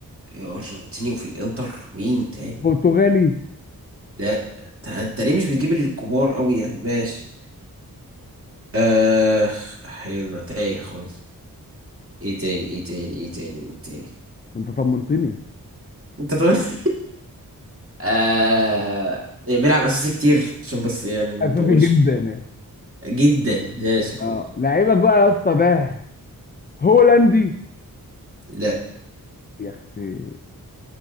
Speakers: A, on the right; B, on the left.
A: يا ارجنتيني وفي الانتر مين تاني
B: برتغالي
A: لا انت أنت ليه مش بتجيب الكبار قوي يعني ماشي اخ احيانا تايه خالص ايه تاني ايه تاني ايه تاني ايه تاني
B: انت طمنتني
A: انت طبعا <laughs> آه بيلعب اساسي كتير عشان بس يعني ما
B: اساسي
A: نطولش
B: جدا يعني
A: جدا ماشي يا
B: اه
A: اخويا
B: لعيبك بقى يا اسطى ده هولندي
A: لا
B: يا اختي